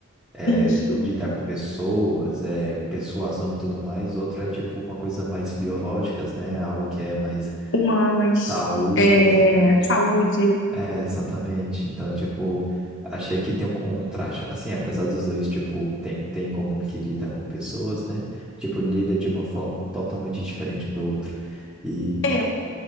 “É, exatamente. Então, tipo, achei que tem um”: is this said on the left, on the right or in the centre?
Centre